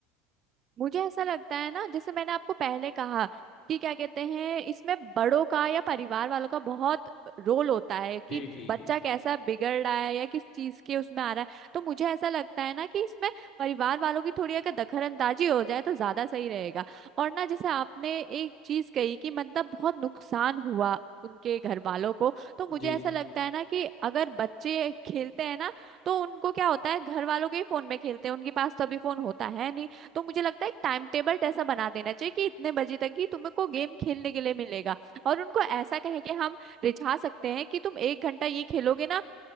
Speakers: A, on the right; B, on the left.
A: मुझे ऐसा लगता है ना जैसे मैंने आपको पहले कहा कि क्या कहते हैं इसमें बड़ों का या परिवार वालों का बहुत रोल होता है कि
B: जी जी
A: बच्चा कैसा बिगड़ रहा है या किस चीज के उसमें आ रहा है तो मुझे ऐसा लगता है ना कि इसमें परिवार वालों की थोड़ी अगर दखलअंदाजी हो जाए तो ज्यादा सही रहेगा और ना जैसे आपने एक चीज कही कि मतलब बहुत नुकसान हुआ उनके घर वालों को तो मुझे
B: जी
A: ऐसा लगता है ना कि अगर बच्चे खेलते हैं ना तो उनको क्या होता है घर वालों के ही फोन में खेलते हैं उनके पास तो अभी फोन होता है नहीं तो मुझे लगता है एक टाइम टेबल ऐसा बना देना चाहिए कि इतने बजे तक ही तुम्हें को गेम खेलने के लिए मिलेगा और उनको ऐसा कहें कि हम रिझा सकते हैं कि तुम एक घंटा ये खेलोगे ना